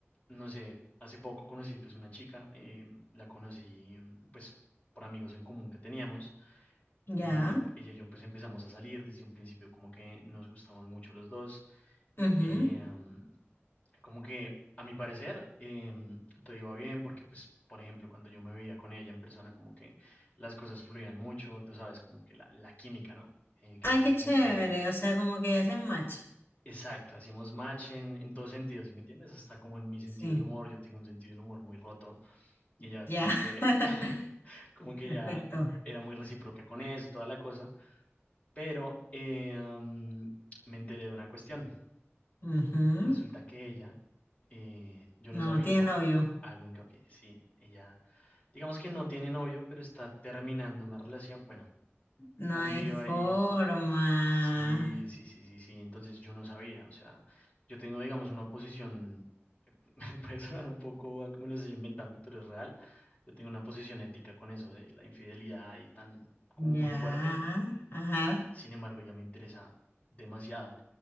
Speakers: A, on the left; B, on the left.
A: no sé, hace poco conocí pues una chica, eh, la conocí mm, pues por amigos en común que teníamos,
B: Ya,
A: eh, ella y yo pues empezamos a salir desde un principio como que nos gustamos mucho los dos,
B: ujú.
A: eh, mm, como que a mi parecer em, todo iba bien porque, pues, por ejemplo, cuando yo me veía con ella en persona, como que las cosas fluían mucho, tú sabes, como que la, la química, ¿no? Eh, que
B: Ay,
A: a veces
B: qué
A: como
B: chévere,
A: que,
B: o sea, como que hacen match.
A: exacto, hacíamos match en, en todos sentidos, ¿sí me entiendes? Hasta como en mi sentido
B: Sí,
A: del humor, yo tengo un sentido del humor muy roto y ella
B: ya,
A: como que,
B: <laughs>
A: <laughs> como que ya
B: perfecto.
A: era muy recíproca con eso, toda la cosa, pero em, me enteré de una cuestión.
B: Ujú.
A: Resulta que ella, eh, yo
B: No,
A: no sabía,
B: tiene
A: ¿no?
B: novio.
A: Hago hincapié, sí, ella, digamos que no tiene novio, pero está terminando una relación, bueno,
B: No
A: un
B: hay
A: lío
B: forma.
A: ahí, sí, sí, sí, sí, sí, entonces yo no sabía, o sea, yo tengo, digamos, una posición, <laughs> puede sonar un poco a como lo estoy inventando, pero es real, yo tengo una posición ética con eso de la infidelidad y tan como muy
B: Ya.
A: fuerte,
B: Ajá.
A: sin embargo, ella me interesa demasiado,